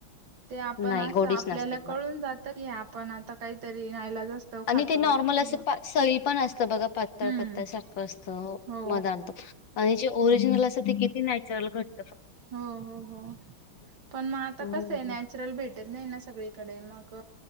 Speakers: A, on the right; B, on the left.
A: ते आपण
B: नाही
A: असं
B: गोडीच
A: आपल्याला
B: नसते बर
A: क जात क आपण काहीतरी नाईलाज असतो
B: आणि
A: खातोय
B: ते नॉर्मल
A: किंवा
B: असं सळी पण असतं बघा पातळ
A: हम्म
B: पळ सारखं असतं
A: हो
B: म आणतो आणि जे ओरिजिनल असं ते किती नॅचरल घट
A: हो हो हो पण मग आता
B: हो
A: कस आहे चरल भेटत नाही ना सगळीकडे मग